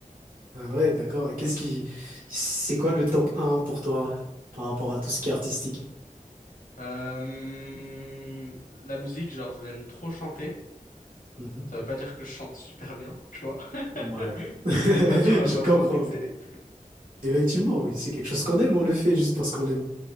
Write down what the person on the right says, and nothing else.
Ah ouais, d'accord. Et qu'est-ce qui, c'est quoi le top un pour toi par rapport à tout ce qui est artistique?
Mhm.
Ouais,
<laughs> je
comprends.
oui. Effectivement,
oui, c'est quelque chose qu'on aime, on le fait juste parce qu'on l'aime.